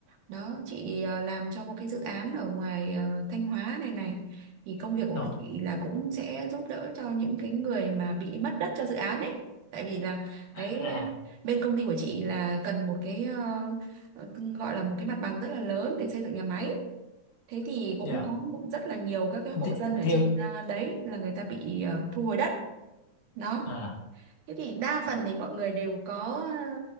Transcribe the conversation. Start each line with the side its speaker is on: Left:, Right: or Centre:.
Right: đó chị ờ, làm cho một cái dự án ở ngoài ờ, Thanh Hóa này này thì công việc của bọn
Left: ồ
Right: chị là cũng sẽ giúp đỡ cho những cái người mà bị mất đất cho dự án ấy tại vì là cái
Left: à
Right: ờ,
Left: à
Right: bên công ty của chị là cần một cái ờ, ờ, gọi là một cái mặt bằng rất là lớn để xây dựng nhà máy Thế thì cũng
Left: dạ
Right: có cũng rất là nhiều các cái hộ
Left: Th
Right: dân ở
Left: theo
Right: trên à, đấy là người ta bị à, thu hồi đất. Đó.
Left: à,
Right: Thế thì đa phần thì mọi người đều có à,